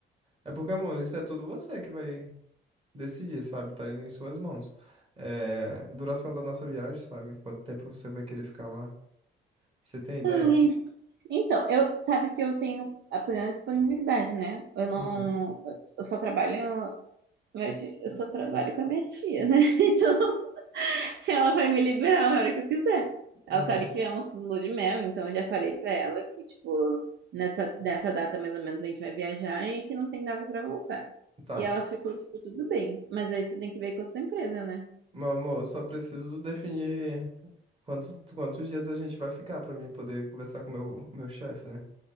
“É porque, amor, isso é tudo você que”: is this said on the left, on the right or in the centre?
Right